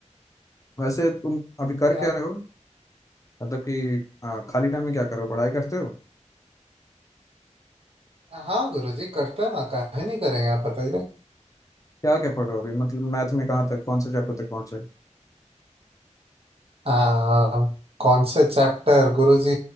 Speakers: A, on the left; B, on the right.
A: वैसे तुम अभी कर
B: क्या
A: क्या
B: आप
A: रहे हो मतलब कि आ, खाली टाइम में क्या कर रहे हो पढ़ाई करते हो
B: हाँ गुरुजी करते हैं ना काहे नहीं करेंगे आप बताइए
A: क्या क्या पढ़ रहे हो अभी मतलब मैथ में कहाँ तक कौन से चैप्टर तक पहुंचे
B: आ, कौन से चैप्टर गुरुजी